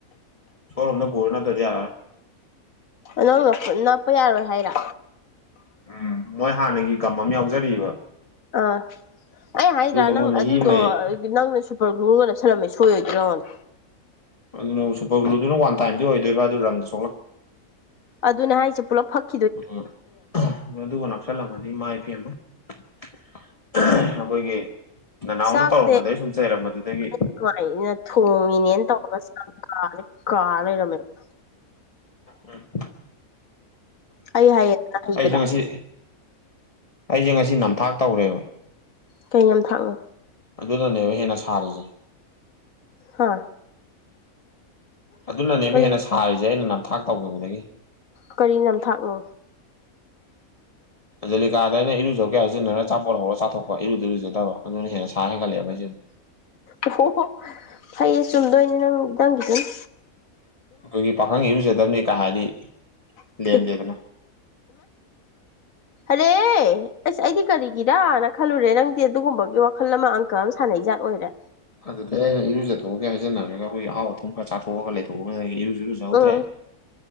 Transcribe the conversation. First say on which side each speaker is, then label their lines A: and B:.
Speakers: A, on the left (about 25°); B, on the left (about 65°).
A: ꯁꯣꯔꯨꯝꯗ ꯄꯨꯔꯣ ꯅꯠꯇ꯭ꯔꯗꯤ ꯌꯥꯔꯔꯣꯏ
B: ꯅꯪꯅ ꯅꯞ ꯅꯞꯄ ꯌꯥꯔꯣꯏ ꯍꯥꯏꯔꯣ
A: ꯎꯝ ꯃꯣꯏ ꯍꯥꯟꯅꯒꯤ ꯒꯝ ꯑꯃ ꯌꯥꯎꯖꯔꯤꯕꯥ
B: ꯑꯥ ꯑꯩ ꯍꯥꯏꯗ꯭ꯔꯥ
A: ꯃꯣꯏ
B: ꯅꯪ
A: ꯃꯍꯤ
B: ꯑꯗꯨꯗꯣ
A: ꯑꯃ ꯂꯩꯌꯦ
B: ꯅꯪꯅ ꯁꯨꯄꯔ ꯒ꯭ꯂꯨꯒ ꯆꯞꯜꯂꯝꯃꯦ ꯁꯣꯏꯔꯣꯏꯗ꯭ꯔꯣꯅ
A: ꯑꯗꯨꯅ ꯁꯨꯄꯔ ꯒ꯭ꯂꯨꯗꯨꯅ ꯋꯥꯟ ꯇꯥꯏꯝꯗꯤ ꯑꯣꯏꯗꯣꯏꯕ ꯑꯗꯨ ꯔꯪꯗꯨꯁꯨ
B: ꯑꯗꯨꯅ ꯍꯥꯏꯁꯦ ꯄꯨꯂꯞꯛ
A: ꯎꯝ ꯃ ꯑꯗꯨ ꯀꯅ ꯆꯜꯂꯝꯃꯅꯤ ꯏꯃꯥꯏ ꯏꯕꯤ ꯑꯃ ꯑꯩꯈꯣꯏꯒꯤ ꯅꯅꯥꯎꯅ
B: ꯆꯥꯛꯁꯦ
A: ꯇꯧꯔꯝꯕꯗꯩ ꯁꯨꯝ ꯆꯩꯔꯝꯕꯗꯨꯗꯒꯤ
B: ꯅꯨꯡꯉꯥꯏꯅ ꯊꯣꯡꯉꯤꯅꯦꯅ ꯇꯧꯕꯔꯒ ꯆꯥꯛ ꯀꯥꯂꯤ ꯀꯥ ꯂꯩꯔꯝꯃꯦꯕ
A: ꯎꯝ
B: ꯑꯩ ꯍꯥꯏ
A: ꯑꯩꯁꯦ
B: ꯄ
A: ꯉꯁꯤ ꯑꯩꯁꯦ ꯉꯁꯤ ꯅꯝꯊꯥꯛ ꯇꯧꯔꯦꯕ
B: ꯀꯩ ꯌꯥꯝ ꯊꯥꯛꯅꯣ
A: ꯑꯗꯨꯅꯅꯦꯕ ꯍꯦꯟꯅ ꯁꯥꯔꯤꯁꯦ
B: ꯍꯥ
A: ꯑꯗꯨꯅꯅꯦꯕ
B: ꯀꯔꯤ
A: ꯍꯦꯟꯅ ꯁꯥꯔꯤꯁꯦ ꯑꯩꯅ ꯅꯝꯊꯥꯛ ꯇꯧꯈꯤꯕꯗꯒꯤ
B: ꯀꯔꯤ ꯅꯝꯊꯥꯛꯅꯣ
A: ꯑꯖꯂꯤꯀꯥꯗ ꯑꯩꯅ ꯏꯔꯨꯖꯧꯒꯦ ꯍꯥꯏꯖꯤꯟꯅꯔꯒ ꯆꯆꯥꯄꯣꯠ ꯍꯧꯔ ꯆꯥꯊꯣꯛꯄ ꯏꯔꯨꯗ ꯏꯔꯨꯖꯗꯕ ꯑꯗꯨꯅ ꯍꯦꯟꯅ ꯁꯥ ꯍꯦꯟꯒꯠꯂꯛꯦꯕ ꯑꯩ ꯁꯤꯁꯤꯗꯤ
B: ꯑꯣꯣ ꯐꯩꯌꯦ ꯆꯨꯝꯗꯣꯏꯅꯤ ꯅꯪ ꯅꯪꯒꯤꯗꯪ
A: ꯑꯩꯈꯣꯏꯒꯤ ꯄꯥꯈꯪ ꯏꯔꯨꯖꯗꯕꯅꯤ ꯀꯥ ꯍꯥꯏꯗꯤ
B: ꯅꯠꯇꯦ
A: ꯂꯦꯝꯗꯦꯗꯅ
B: ꯑꯔꯦ ꯑꯁ ꯑꯩꯗꯤ ꯀꯔꯤꯒꯤꯔꯅ ꯈꯜꯂꯨꯔꯦ ꯅꯪꯗꯤ ꯑꯗꯨꯒꯨꯝꯕꯒꯤ ꯋꯥꯈꯜ ꯑꯃ ꯑꯪꯀꯜ ꯑꯃ ꯁꯥꯟꯅꯩꯖꯥꯠ ꯑꯣꯏꯔ
A: ꯑꯗꯨꯗ ꯑꯩꯅ ꯏꯔꯨꯖꯠꯊꯣꯛꯑꯒꯦ ꯍꯥꯏꯖꯅꯔꯒ ꯑꯩꯈꯣꯏꯒꯤ ꯑꯍꯥꯎ ꯑꯊꯨꯝ ꯈ ꯆꯥꯊꯣꯛꯑꯒ ꯂꯩꯊꯣꯛꯑꯒ ꯏꯔꯨ ꯂꯨꯖꯍꯧꯗ꯭ꯔꯦ
B: ꯎꯝ